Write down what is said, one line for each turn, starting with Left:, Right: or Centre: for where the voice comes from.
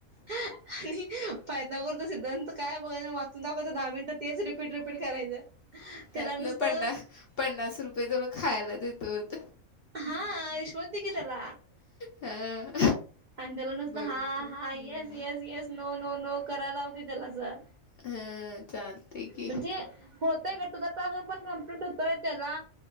Right: आणि पायथागोरसचा सिद्धांत काय बघायच वाचून दाखवायचं. दहा मिनट तेच रिपीट रिपीट करायचं. त्याला
Left: त्यातलं
Right: नुसतं
Left: पन्ना, पन्नास रुपये तुला खायला देतो.
Right: हा, रीशवत दिकी तेला.
Left: हां.
Right: आणि तेला नुसतं
Left: बघतो
Right: हा
Left: हम्म.
Right: हा येस Yes yes. No no no करायला लाव क त्याला जरासं.
Left: हां, चालतंय की
Right: म्हणजे
Left: हां,
Right: होतय गं का तुझं पण कमप्लीट होतोय, त्याला